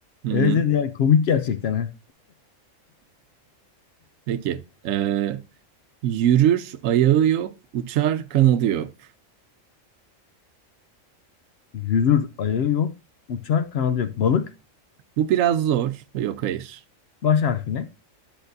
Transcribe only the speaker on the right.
Hı.
Peki. Ee, yürür, ayağı yok, uçar, kanadı yok.
Bu biraz zor. Yok hayır.